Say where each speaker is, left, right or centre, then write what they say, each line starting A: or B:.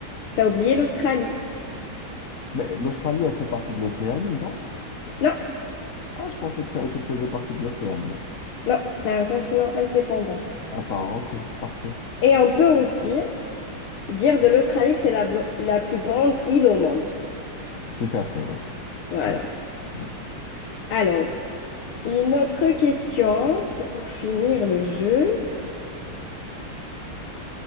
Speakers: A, on the left; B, on the left.
A: T'as oublié l'Australie.
B: Mais l'Australie, elle fait partie de l'Océanie, non?
A: Non,
B: Ah, je pensais que ça, qu'elle faisait partie de l'Océanie.
A: non, c'est un continent indépendant.
B: À part, ok, parfait.
A: Et on peut aussi Dire de l'Australie que c'est la, blo- la plus grande île au monde.
B: Tout à fait, oui.
A: Voilà.
B: Oui. Mm,
A: Alors, une autre question pour finir le jeu.